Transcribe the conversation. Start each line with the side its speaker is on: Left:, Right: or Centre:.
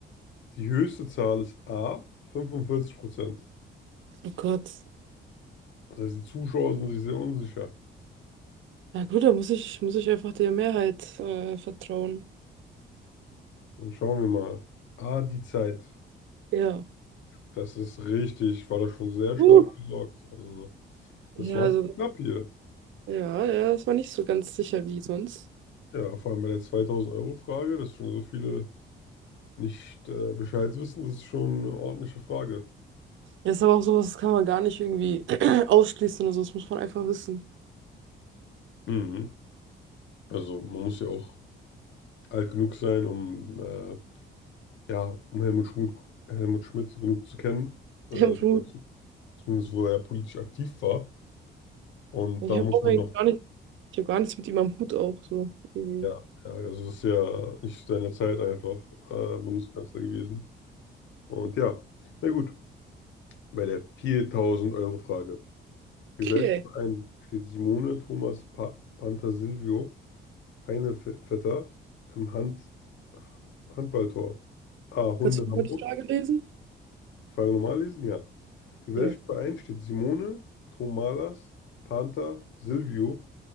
Left: die höchste Zahl ist A, 45%.
Right: Oh Gott,
Left: Das heißt, die Zuschauer sind sich sehr unsicher.
Right: Na gut, da muss ich, muss ich einfach der Mehrheit äh, vertrauen.
Left: Dann schauen wir mal. A, die Zeit.
Right: Ja.
Left: Das ist richtig, war da schon sehr stark
Right: Uh.
Left: gesorgt. Also, das
Right: Ja,
Left: war
Right: also,
Left: schon knapp hier.
Right: ja, ja, das war nicht so ganz sicher wie sonst.
Left: Ja, vor allem bei der 2000-Euro-Frage, dass schon so viele nicht äh, Bescheid wissen, das ist schon eine ordentliche Frage.
Right: Ja, ist aber auch sowas, das kann man gar nicht irgendwie <clears throat> ausschließen oder so, das muss man einfach wissen.
Left: Mhm. Also, man muss ja auch alt genug sein, um äh, ja, um Helmut Schmidt, Helmut Schmidt genug zu kennen,
Right: Im
Left: äh, also
Right: Hut.
Left: zu, zumindest wo er politisch aktiv war. Und
Right: Ich
Left: da
Right: habe
Left: muss
Right: auch
Left: man
Right: eigentlich
Left: noch,
Right: gar nicht, ich habe gar nichts mit ihm am Hut auch so. Irgendwie.
Left: ja, ja, also das ist ja nicht zu deiner Zeit einfach äh, Bundeskanzler gewesen. Und ja, na gut, bei der 4000 Euro Frage. Für
Right: Okay.
Left: welchen Verein steht Simone Thomas pa Pantasilvio Heinevetter im Hand Handballtor? A. Hunde
Right: Kannst du
Left: Hamburg.
Right: mal die Frage lesen?
Left: Die Frage normal lesen? Ja. Für welchen
Right: Ja.
Left: Verein steht Simone Tomalas Panther Silvio